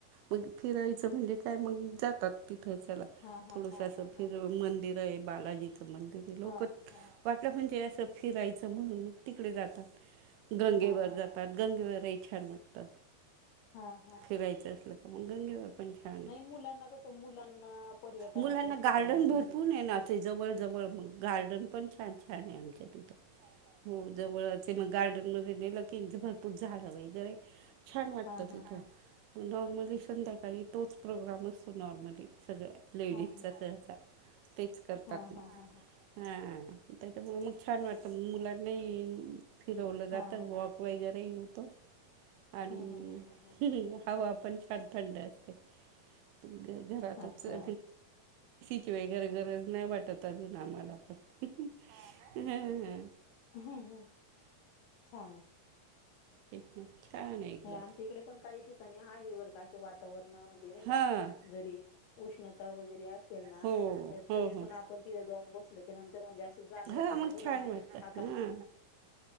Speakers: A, on the right (about 80°); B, on the left (about 80°).
A: मग फिरायचं म्हणजे काय मग? जातात तिथं चला
B: हा हा
A: थोडस,
B: हा
A: असं
B: हा
A: फिरुन मंदिर आहे बालाजीचं. लोक
B: हा हा हा
A: वाटलं म्हणजे, असं फिरायचं म्हणून तिकडे जातात. गंगेवरर
B: हा हा
A: जातात
B: हा
A: गंगेवरही छान वाटत
B: हा हा
A: फिरायचं असल मग गंगेवर पण छान आहे
B: नाही मुलांना कसं मुलांना पर्यटनाच्याच
A: मुलांना
B: ठिकाणी
A: गार्डन
B: नेले
A: भरपूर आहे ना जवळ जवळ गार्डन पण छान छान! आहे आमच्या तिथ हो जवळचं ते मग गार्डन मध्ये नेलं की, भरपूर झाड वगैरे छान! वाटतं
B: हा हा
A: तिथं.
B: हा
A: नॉर्मली संध्याकाळी तोच प्रोग्राम असतो, नॉर्मली सगळ्या लेडीजचा
B: हा हा
A: सहसा. तेच करतात
B: हा
A: ना
B: हा हा हा
A: हा त्याच्यामुळे मग छान! वाटतं मुलां नाही फिरवलं जात
B: हा
A: वॉक वगैरे काही होत, आणि
B: हम्म हम्म हम्म हम्म
A: हवा पण छान थंड ये, अस घरातचं
B: हम्म अच्छा
A: <unintelligible> कि वगैरे गरज नाही वाटत, अजून आम्हाला आपण हा ना.
B: हम हम छान! आहे.
A: तेच ना छान आहे एकदम
B: नाही आमच्या इकडे, पण काही ठिकाणी आहे वर <unintelligible> वातावरण. <unintelligible> नाही का?
A: हां
B: जरी उष्णता वगैरे असली तेना
A: हो
B: तर
A: हो
B: -तरी
A: हो
B: पण आपण तिथे जाऊन बसल त्या नंतर म्हणजे असं जाणवत
A: हां
B: नाही,
A: मग
B: उन्हाला
A: छान वाटतं
B: आता
A: हां